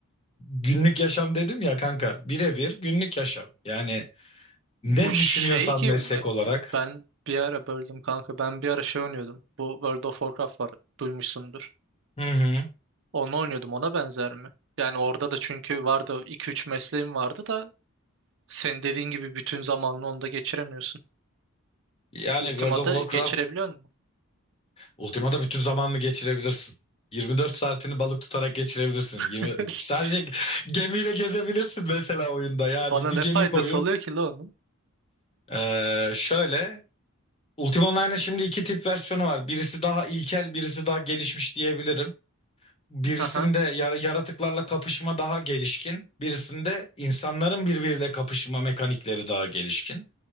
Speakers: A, on the left; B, on the right.
A: Günlük yaşam dedim ya kanka. Birebir günlük yaşam. Yani ne
B: bu şey
A: düşünüyorsan
B: gibi
A: meslek
B: mi?
A: olarak.
B: Ben bir ara böldüm kanka. Ben bir ara şey oynuyordum. Bu World of Warcraft var. Duymuşsundur.
A: Hı hı.
B: Onu oynuyordum. Ona benzer mi? Yani orada da çünkü vardı iki üç mesleğim vardı da sen dediğin gibi bütün zamanını onda geçiremiyorsun.
A: Yani
B: Ultima'da
A: World of Warcraft
B: geçirebiliyor musun?
A: Ultima'da bütün zamanını geçirebilirsin. 24 saatini balık tutarak geçirebilirsin. 20
B: <laughs>
A: sadece gemiyle gezebilirsin mesela oyunda. Yani
B: Bana
A: bir
B: ne
A: gemi
B: faydası
A: koyup
B: oluyor ki la onun?
A: Ee, şöyle Ultima Online'ın şimdi iki tip versiyonu var. Birisi daha ilkel, birisi daha gelişmiş diyebilirim. Birisinde
B: Aha.
A: yar- yaratıklarla kapışma daha gelişkin, birisinde insanların birbiriyle kapışma mekanikleri daha gelişkin.